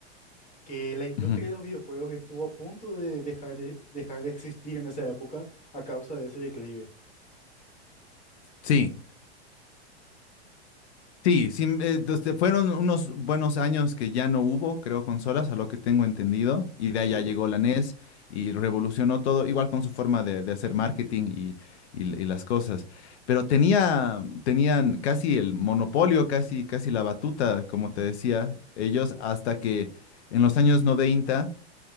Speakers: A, on the left; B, on the left.
A: que la industria
B: Ujú.
A: de los videojuegos estuvo a punto de dejar de, dejar de existir en esa época a causa de ese declive.
B: Sí. Sí, sí, eh, desde- fueron unos buenos años que ya no hubo, creo, consolas, a lo que tengo entendido, y de allá
A: Sí,
B: llegó la NES y revolucionó todo, igual con su forma de, de hacer marketing y, y- l- y las cosas. Pero tenía, tenían casi el monopolio, casi, casi la batuta, como te decía, ellos, hasta que en los años 90